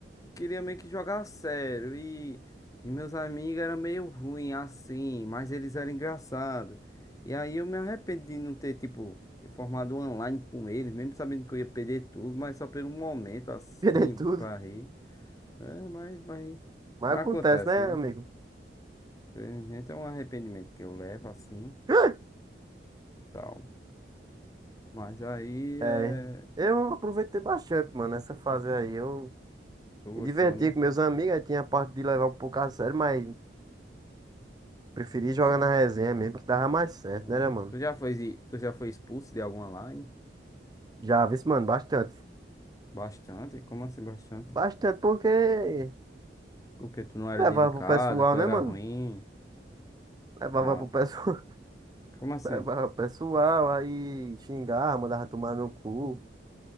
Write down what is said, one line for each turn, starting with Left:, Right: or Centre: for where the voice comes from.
Left: queria meio que jogar a sério. E, e meus amigos eram meio ruim assim, mas eles eram engraçados. E aí eu me arrependi de não ter, tipo, ter formado um online com eles, mesmo sabendo que eu ia perder tudo, mas só pelo momento assim,
Right: Perder tudo.
Left: pra rir. É, mas, mas,
Right: Mas
Left: mas
Right: acontece,
Left: acontece,
Right: né,
Left: né?
Right: amigo?
Left: Infelizmente é um arrependimento que eu levo assim,
Right: <laughs>
Left: tal. Mas aí
Right: É,
Left: é.
Right: eu aproveitei bastante, mano, essa fase aí. Eu
Left: Tu gostou,
Right: me divertia
Left: né?
Right: com meus amigos, aí tinha a parte de levar um pouco a sério, mas Preferi jogar na resenha mesmo, que dava mais certo,
Left: Ah.
Right: né, né, mano?
Left: Tu já foi, tu já foi expulso de algum online?
Right: Já vi, mano, bastante.
Left: Bastante? Como assim bastante?
Right: Bastante porque
Left: Porque tu não era
Right: levava
Left: dedicado,
Right: pro pessoal,
Left: tu
Right: né,
Left: era
Right: mano?
Left: ruim.
Right: Levava
Left: Ah,
Right: pro pessoal, <laughs>
Left: como assim?
Right: levava pro pessoal, aí xingava, mandava tomar no cu.